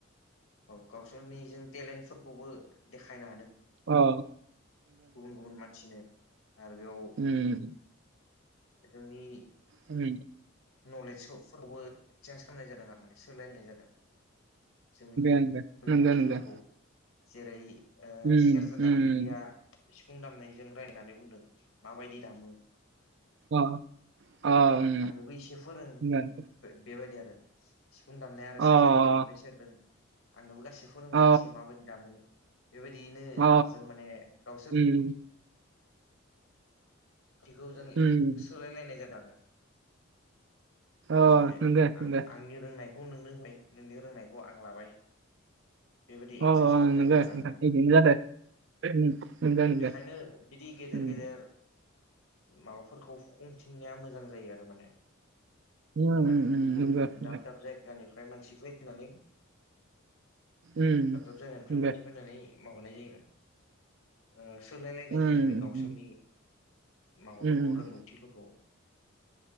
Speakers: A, on the left (about 80°); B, on the right (about 55°).
A: औ गावसोरनि जों टेलेन्टफोरखौबो देखायनो हादों।
B: औ।
A: गुबुन गुबुन मानसिनो आरो बेयाव
B: उम
A: जोंनि
B: उम।
A: नलेजखौ फावबो चेन्ज खालामनाय जादों आरमाने सोलायनाय जादों जोंनि
B: नंगो
A: रोंगौथिफोरखौ
B: नंगो नंगो
A: जेरै
B: उम
A: सेरजा दामगिरिया
B: उम
A: सिफुं दामनायजों रायलायनानै बुंदों माबायदि दामो
B: अ
A: ओ
B: अ उम
A: आंनोबो एसे फोरों
B: नंगौ
A: बेबायदि आरो सिफुं दामनाय आरो
B: अ
A: सेरजा दामनायनिफ्राय <unintelligible> आंनोबो <unintelligible> फोरोंलायो
B: अ
A: एसे माबायदि दामो। बेबायदियैनो
B: अ
A: जों माने गावसोरनि
B: उम
A: बेखौ जों
B: उम
A: सोलायलायनाय जादों आरो
B: अ
A: माने
B: नंगो नंगो
A: आंनि रोंनायखौ नोंनो हाय नोंनि रोंनायखौ आं लाबाय बेबायदि एक्सेन्ज
B: अ
A: खालामनाय
B: नंगो
A: जादों
B: नोंथां
A: आरोना
B: बिदिनो जादो उम नंगो नंगो
A: बेखायनो बिदि गेदेर
B: उम
A: गेदेर माबाफोरखौ फुफुंथिंनाया मोजां जायो आरो माने
B: उम
A: माने
B: उम
A: गुबुन
B: नंगो
A: दाब
B: नोंथां
A: दाब जायगा जायगानिफ्राय मानसि फैनानै
B: उम
A: दाब दाब जायगानिफ्राय
B: नंगो
A: मानसि फैनानै माबानाय जायो सोलाय लायनाय
B: उम
A: जायो आरो गावसोरनि माबाफोरखौ
B: उम उम
A: रोंगौथिफोरखौ